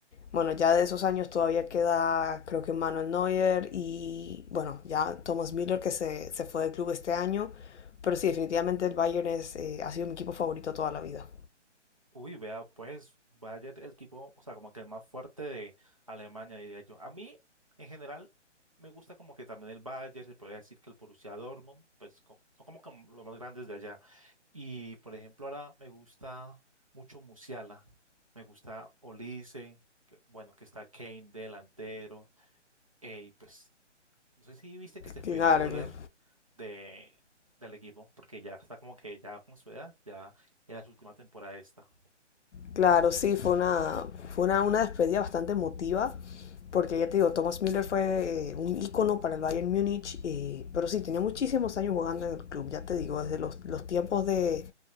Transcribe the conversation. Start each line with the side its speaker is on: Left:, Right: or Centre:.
Left: bueno, ya de esos años todavía queda, creo que Manuel Neuer y, bueno, ya Thomas Müller que se, se fue del club este año. Pero sí, definitivamente el Bayern es, eh, ha sido mi equipo favorito toda la vida.
Right: Uy, vea, pues Bayern, el equipo, o sea, como que el más fuerte de Alemania, diría yo. A mí, en general, me gusta como que también el Bayern, se podría decir que el Borussia Dortmund, pues co- son como que los más grandes de allá. Y, por ejemplo, ahora me gusta mucho Musiala, me gusta Olise, que- bueno, que está Kane delantero, eh, y pues No sé si viste que se fue
Left: Claro,
Right: mi voler
Left: claro.
Right: de, del equipo, porque ya está como que ya con su edad, ya era su última temporada esta.
Left: Claro, sí, fue una, fue una, una despedida bastante emotiva, porque ya te digo, Thomas Müller fue eh, un ícono para el Bayern Múnich, eh, pero sí, tenía muchísimos años jugando en el club, ya te digo, desde los, los tiempos de,